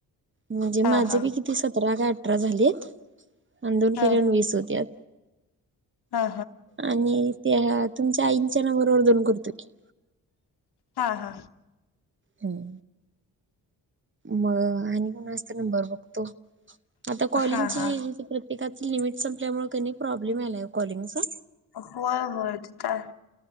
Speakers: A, on the right; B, on the left.
A: म्हणजे
B: हा
A: माझे
B: हा हा
A: बी किती सतरा का अठरा झालेत अ दोन
B: हा
A: केल्यान वीस होत्यात
B: हा
A: आणि त्या तुमच्या आईंच्या नंबरोबर दोन करतो की
B: हा हा
A: हम् म आणि कोणा असत नंबर बघतो आता कॉलिंगची
B: हा हा
A: एकाच लिमिट संपल्यामुळे क प्रॉब्लेम आलाय कॉलिंगचा
B: होय होय तय